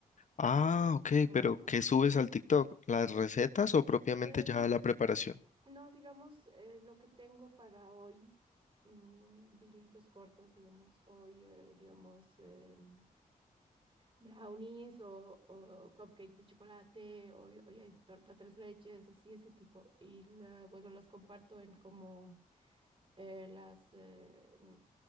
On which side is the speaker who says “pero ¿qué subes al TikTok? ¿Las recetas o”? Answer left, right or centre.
Left